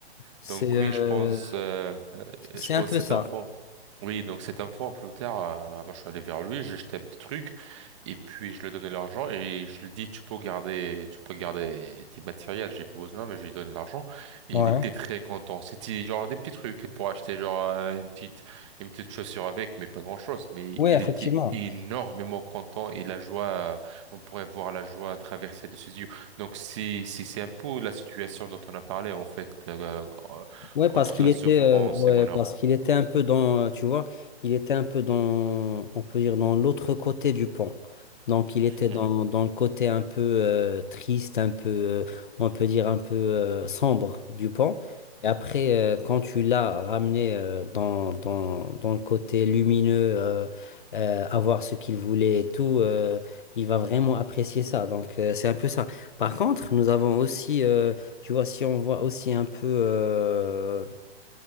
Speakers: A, on the left; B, on the right.
A: c'est
B: Donc
A: euh,
B: oui, je pense, euh, euh,
A: c'est
B: je pense
A: un peu
B: cet
A: ça.
B: enfant. Oui, donc cet enfant, plus tard, euh, moi je suis allé vers lui, j'ai jeté un petit truc, et puis je lui ai donné l'argent, et je lui ai dit, tu peux garder, tu peux garder tes matériels, j'ai pas besoin, mais je lui ai donné l'argent, et
A: Ouais.
B: il était très content. C'était genre des petits trucs, pour acheter genre euh, une petite, une petite chaussure avec, mais pas grand-chose, mais
A: Oui,
B: il
A: effectivement.
B: était énormément content, et la joie, euh, on pourrait voir la joie traverser de ses yeux. Donc si si c'est un peu la situation dont on a parlé en fait euh, euh,
A: Ouais, parce
B: entre
A: qu'il
B: la
A: était,
B: souffrance
A: euh, ouais,
B: et mon
A: parce
B: or.
A: qu'il était un peu dans, euh, tu vois, il était un peu dans, on peut dire, dans l'autre côté du pont. Donc, il était
B: Mhm,
A: dans, dans le côté un peu euh, triste, un peu, euh, on peut dire, un peu euh, sombre du pont. Et après, euh, quand tu l'as ramené euh, dans, dans, dans le côté lumineux, euh, euh, avoir ce qu'il voulait et tout, euh, il va vraiment
B: mhm,
A: apprécier ça. Donc, euh, c'est un peu ça. Par contre, nous avons aussi. euh, tu vois, si on voit aussi un peu, euh,